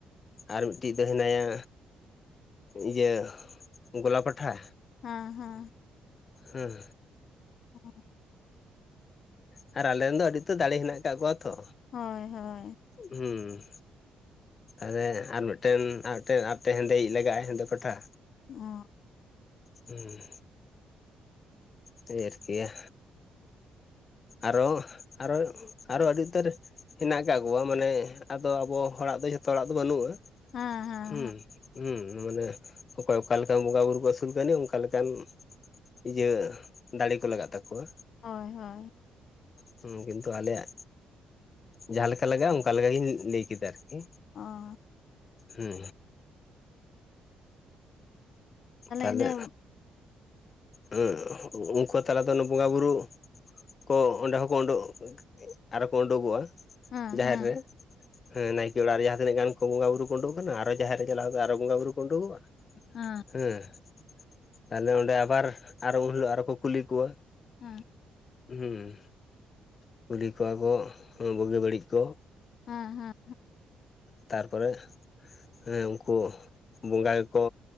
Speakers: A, on the left (about 45°); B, on the left (about 60°).
A: ᱟᱨ ᱢᱤᱫᱴᱤᱡ ᱫᱚ ᱦᱮᱱᱟᱭᱟ ᱤᱭᱟᱹ ᱜᱳᱞᱟ ᱯᱟᱴᱷᱟ᱾
B: ᱦᱟᱸ ᱦᱟᱸ᱾
A: ᱦᱩᱸ
B: <unintelligible>
A: ᱦᱩᱸ ᱟᱨ ᱟᱞᱮᱱ ᱫᱚ ᱟᱹᱰᱤ ᱩᱛᱟᱹᱨ ᱫᱟᱲᱮ ᱦᱮᱱᱟᱜ ᱠᱟᱜ ᱠᱚᱣᱟ ᱛᱚ᱾
B: ᱦᱳᱭ ᱦᱳᱭ᱾
A: ᱦᱩᱸ ᱛᱟᱦᱚᱞᱮ ᱟᱨ ᱢᱤᱫᱴᱮᱱ ᱟᱨ ᱢᱤᱫᱴᱮᱱ ᱟᱨᱴᱮᱱ ᱦᱮᱸᱫᱮᱭᱤᱡ ᱞᱟᱜᱟᱜᱼᱟ ᱦᱮᱸᱫᱮ ᱯᱟᱸᱴᱷᱟ᱾
B: ᱚ
A: ᱦᱩᱸ ᱰᱷᱮᱨ ᱜᱮᱭᱟ ᱟᱨᱚ ᱟᱨᱚ ᱟᱨᱚ ᱟᱹᱰᱤ ᱩᱛᱟᱹᱨ᱾ ᱦᱮᱱᱟᱜ ᱠᱟᱜ ᱠᱚᱣᱟ ᱢᱟᱱᱮ ᱟᱫᱚ ᱟᱵᱚ ᱦᱚᱲᱟᱜ ᱫᱚ ᱡᱷᱚᱛᱚ ᱦᱚᱲᱟᱜ ᱫᱚ ᱵᱟᱹᱱᱩᱜᱼᱟ᱾
B: ᱦᱟᱸ ᱦᱟᱸ᱾
A: ᱦᱩᱸ ᱦᱩᱸ, ᱢᱟᱱᱮ ᱚᱠᱚᱭ ᱚᱠᱟᱞᱮᱠᱟᱱ ᱵᱚᱸᱜᱟ ᱵᱩᱨᱩ ᱠᱚ ᱟᱹᱥᱩᱞ ᱠᱟᱱᱤᱡ ᱚᱱᱠᱟ ᱞᱮᱠᱟᱱ ᱤᱭᱟᱹ ᱫᱟᱲᱮ ᱠᱚ ᱞᱟᱜᱟᱜ ᱛᱟᱠᱚᱣᱟ᱾
B: ᱦᱳᱭ ᱦᱳᱭ᱾
A: ᱦᱩᱸ ᱦᱩᱸ ᱠᱤᱱᱛᱩ ᱟᱞᱮᱭᱟᱜ ᱡᱟᱸᱦᱟ ᱞᱮᱠᱟ ᱞᱟᱜᱟᱜᱼᱟ ᱚᱱᱠᱟ ᱞᱮᱠᱟᱜᱤᱧ ᱞᱟᱹᱭ ᱠᱮᱫᱟ ᱟᱨᱠᱤ᱾
B: ᱚ
A: ᱦᱩᱸ ᱛᱟᱦᱚᱞᱮ
B: ᱤᱱᱟᱹ ᱦᱮᱸ
A: ᱦᱮᱸ ᱩᱱᱠᱩ ᱛᱟᱞᱟᱫᱚ ᱚᱱᱮ ᱵᱚᱸᱜᱟ ᱵᱩᱨᱩ ᱠᱚ ᱚᱸᱰᱮ ᱦᱚᱸᱠᱚ ᱩᱰᱩᱠ ᱟᱨᱚ ᱠᱚ ᱩᱰᱩᱠᱚᱜᱼᱟ᱾
B: ᱦᱮᱸ
A: ᱡᱟᱦᱮᱨ
B: ᱦᱮᱸ
A: ᱨᱮ ᱦᱮᱸ ᱱᱟᱭᱠᱮ ᱚᱲᱟᱜ ᱨᱮ ᱡᱟᱦᱟᱸᱛᱤᱱᱟᱹᱜ ᱜᱟᱱ ᱠᱚ ᱵᱚᱸᱜᱟ ᱵᱩᱨᱩ ᱠᱚ ᱚᱸᱰᱳᱠ ᱠᱟᱱᱟ ᱟᱨᱚ ᱡᱟᱦᱮᱨ ᱨᱮ ᱪᱟᱞᱟᱣ ᱠᱟᱛᱮ ᱟᱨᱚ ᱵᱚᱸᱜᱟ ᱵᱩᱨᱩ ᱠᱚ ᱚᱸᱰᱳᱠᱚᱜᱼᱟ᱾
B: ᱮᱸ᱾
A: ᱦᱮᱸ ᱛᱟᱦᱚᱞᱮ ᱚᱸᱰᱮ ᱟᱵᱟᱨ ᱟᱨᱚ ᱩᱱ ᱦᱤᱞᱳ ᱟᱨᱚ ᱠᱚ ᱠᱩᱞᱤ ᱠᱚᱣᱟ
B: ᱦᱮᱸ᱾
A: ᱦᱩᱸ᱾ ᱠᱩᱞᱤ ᱠᱚᱣᱟ ᱵᱚ ᱵᱩᱜᱤ ᱦᱚᱸ ᱵᱚᱜᱮ ᱵᱟᱹᱲᱤᱡ ᱠᱚ᱾
B: ᱦᱮᱸ ᱦᱮᱸ
A: ᱛᱟᱨᱯᱚᱨᱮ ᱦᱮᱸ ᱩᱝᱠᱩ ᱵᱚᱸᱜᱟ ᱜᱮᱠᱚ